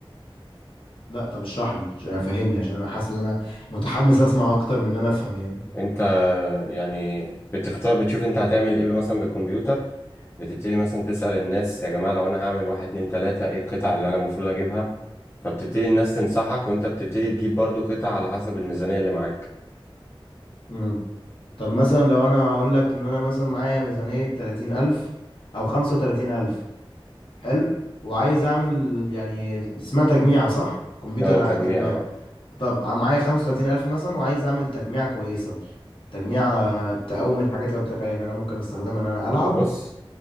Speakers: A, on the left; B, on the left.
A: لا طب اشرح لي عشان فهمني عشان انا حاسس ان انا متحمس اسمع اكتر من ان انا افهم يعني
B: انت يعني بتختار بتشوف انت هتعمل ايه مثلا بالكمبيوتر بتبتدي مثلا تسأل الناس يا جماعة لو أنا هعمل واحد اتنين تلاتة إيه القطع اللي أنا المفروض أجيبها فبتبتدي الناس تنصحك وأنت بتبتدي تجيب برضو قطع على حسب الميزانية اللي معاك
A: امم طب مثلا لو انا هقول لك ان انا مثلا معايا ميزانيه 30000 او 35000 حلو وعايز اعمل يعني اسمها تجميعه صح كمبيوتر
B: اه تجميع
A: تجميع
B: اه
A: طب معايا 35000 مثلا وعايز اعمل تجميعة كويسة تجميعة تقوم الحاجات اللي قلت لك عليها ان انا ممكن استخدمها ان انا العب
B: وبص